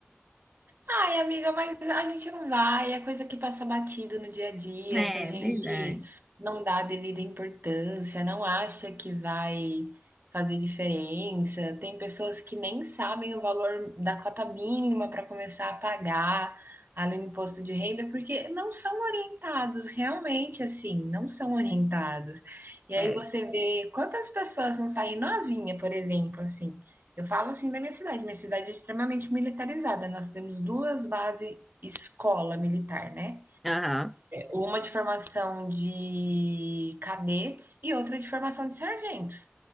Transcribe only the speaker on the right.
Ai, amiga, mas a gente não vai, é coisa que passa batido no dia a dia,
que a gente
não dá a devida importância, não acha que vai fazer diferença. Tem pessoas que nem sabem o valor da cota mínima para começar a pagar ali no imposto de renda, porque não são orientados, realmente assim, não são orientados. E
aí você vê quantas pessoas não saem novinha, por exemplo, assim. Eu falo assim da minha cidade. Minha cidade é extremamente militarizada. Nós temos duas bases escola militar, né?
Uma de formação de cadetes e outra de formação de sargentos.